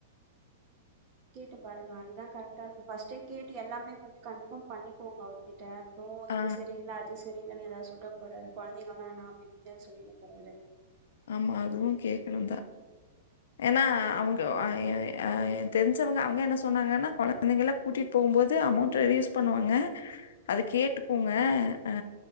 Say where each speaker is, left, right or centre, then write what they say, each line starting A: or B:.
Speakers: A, on the right; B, on the left.
A: கேட்டு பாருங்க அதுதா கரெக்டா இருக்கு ஃபஸ்ட்டே கேட்டு எல்லாமே வந்து கன்ஃபர்ம் பண்ணிக்கோங்க அவருக் ட்ட அப்பறோ
B: ஆ
A: இது சரி இல்ல அது சரி அப்டி இல்லன்னு ஏதாவது சொல்ல போறாரு கொழந்தைங்க வேணா அப்படின் சொல்லிட போறாரு
B: ஆமா அதுவு கேக்ணும்தா ஏன்னா அவங்க ஏ ஏ ஏ தெரிஞ்சவங்க அவங்க என்ன சொன்னாங்கன்னா கொழந் தைகள கூட்டிட்டு போகும்போது அமோண்ட் ரெடியூஸ் பண்ணுவாங்க அது கேட்டுக்கோங்க ஆ